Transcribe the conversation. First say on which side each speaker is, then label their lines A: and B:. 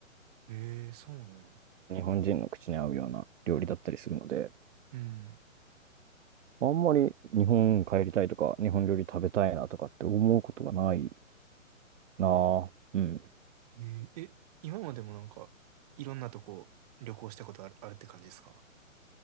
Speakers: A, on the right; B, on the right.
A: ええ、そうなんや。
B: 日本人の口に合うような料理だったりするので、
A: うん。
B: あんまり日本帰りたいとか、日本料理食べたいなとかって思うことがないああ、うん。
A: ええ、え今までもなんか、いろんなとこ旅行したことある、あるって感じですか